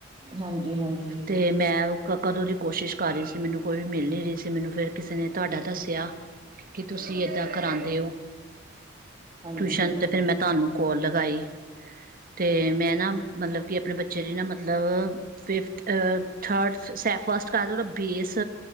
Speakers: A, on the right; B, on the right.
A: ਹਾਂਜੀ ਹਾਂਜੀ
B: ਤੇ ਮੈਂ ਕ ਕਦੋ ਦੀ ਕੋਸ਼ਿਸ਼ ਕਾਰ ਰੇ ਸੀ ਮੈਨੂੰ ਕੋਈ ਵੀ ਮਿਲ ਜੇ ਜਿਸੇ ਮੈਨੂੰ ਫੇਰ ਕਿਸੇ ਨੇ ਤੁਆਡਾ ਦੱਸੇਆ ਕਿ ਤੁਸੀ ਏਦਾ ਕਰਾਨਦੇ ਓ,
A: ਹਾਂਜੀ
B: ਟਿਊਸ਼ਨ
A: ਹਾਂਜੀ
B: ਤੇ ਮੈਂ ਤਾਨੂੰ ਕੋਲ ਲਗਾਈ, ਤੇ ਮੈਂ ਨਾ ਮਤਲਬ ਕਿ ਅਪਨੇ ਬੱਚੇ ਦੀ ਨਾ ਮਤਲਬ ਫਿਫਥ ਅ ਥਰਡ ਸੈਫ ਫਸ ਸਾਨੂ ਓਦਾ ਬੇਸ,